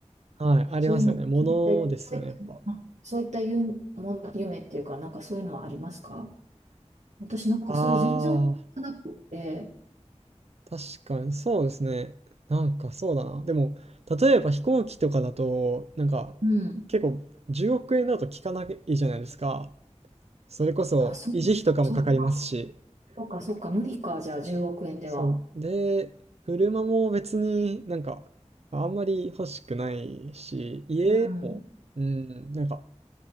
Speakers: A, on the right; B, on the right.
A: はい、ありますよね。
B: そういうの、
A: ものですよね、
B: そういった、そういった、
A: やっぱ。
B: そういった夢、もん夢っていうか、なんかそういうのはありますか私なんかそれ全然思いつかなくって、
A: ああ、確かに、そうですね。なんかそうだな。でも、例えば飛行機とかだと、なんか、
B: うん。
A: 結構、10億円だと効かないじゃないですか。それこそ、
B: あ、そう、
A: 維持費とかもかかりますし。
B: そうか、そうか、そうか、無理か、じゃあ10億円では。
A: そう。で、車も別になんか、あんまり欲しくないし、家も、
B: うん。
A: うん、なんか、